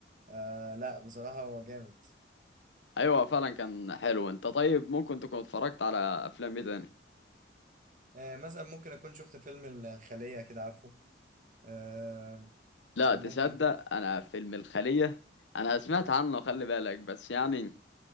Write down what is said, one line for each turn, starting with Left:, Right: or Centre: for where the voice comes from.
Right: آه لا بصراحة هو جامد
Left: أيوه فعلا كان حلو أنت طيب ممكن تكون اتفرجت على أفلام إيه تاني؟
Right: آه مثلا ممكن أكون شفت فيلم ال- الخلية كده عارفه آه
Left: لا
Right: ممكن
Left: تصدق أنا فيلم الخلية أنا سمعت عنه خلي بالك بس يعني